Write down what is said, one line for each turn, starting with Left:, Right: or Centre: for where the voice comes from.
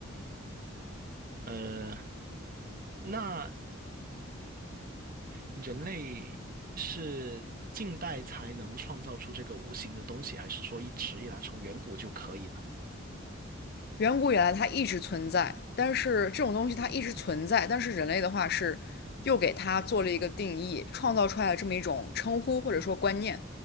Right: 呃，那人类是近代才能创造出这个无形的东西，还是说一直以来从远古就可以呢？
Left: 远古以来它一直存在，但是这种东西它一直存在，但是人类的话是又给它做了一个定义，创造出来了这么一种称呼或者说观念，